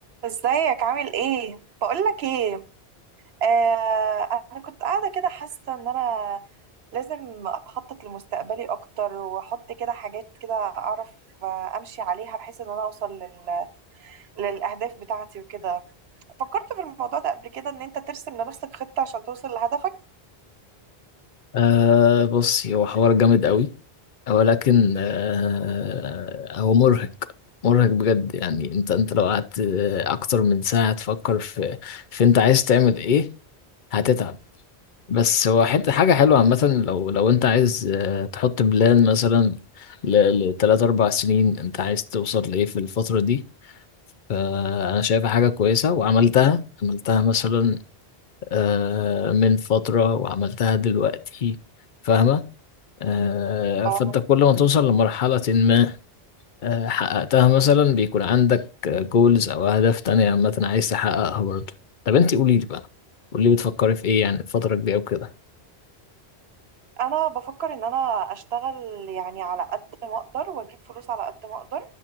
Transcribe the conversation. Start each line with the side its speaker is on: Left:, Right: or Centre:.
Right: ازيك عامل ايه بقولك ايه آه انا كنت قاعده كده حاسه ان انا لازم اخطط لمستقبلي اكتر واحط كده حاجات كده اعرف آه، امشي عليها بحيث ان انا اوصل لل... للاهداف بتاعتي وكده فكرت في الموضوع ده قبل كده ان انت ترسم لنفسك خطه عشان توصل لهدفك
Left: أه بصي هو حوار جامد قوي ولكن أه هو مرهق مرهق بجد يعني انت انت لو قعدت آه، اكتر من ساعة تفكر في في انت عايز تعمل ايه هتتعب بس هو حتة حاجة حلوة عامة لو لو انت عايز آه، تحط بلان مثلا لثلاث اربع سنين انت عايز توصل لايه في الفترة دي فأنا شايفها حاجة كويسة وعملتها عملتها مثلا آه، من فترة وعملتها دلوقتي فاهمة آه،
Right: اه
Left: فانت كل ما توصل لمرحلة ما آه، حققتها مثلا بيكون عندك جولز او اهداف تانية عامة عايز تحققها برضه طب انت قولي لي بقى قولي لي بتفكري في ايه يعني الفترة الجاية وكده
Right: انا بفكر ان انا اشتغل يعني على قد ما اقدر واجيب فلوس على قد ما اقدر